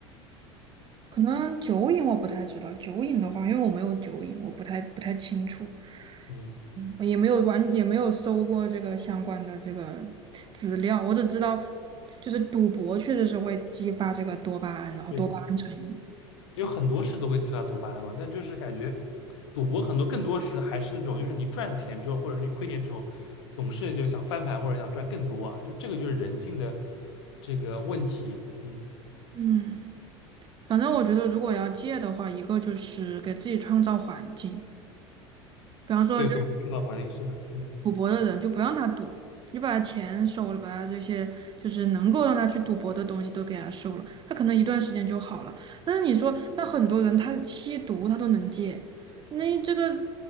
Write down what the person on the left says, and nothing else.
嗯，
对，有很多事都会激发多巴胺嘛，但就是感觉赌博很多更多时还是那种，就是你赚了钱之后，或者是你亏钱之后，总是就想翻盘或者想赚更多啊，就这个就是人性的这个问题。嗯，
对对对，
生脑管理是的，嗯。